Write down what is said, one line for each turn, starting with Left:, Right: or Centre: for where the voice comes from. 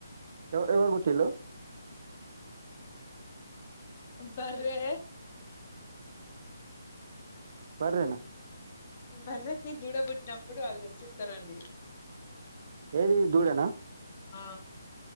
Right: ఎవ ఎవరు బుట్టిల్లు
Left: బరే
Right: బార్రేనా
Left: మీ భర్రకి దూడబుట్టినప్పుడు వాళ్ళు రచ్చితారంండి
Right: ఏది దూడనా
Left: ఆ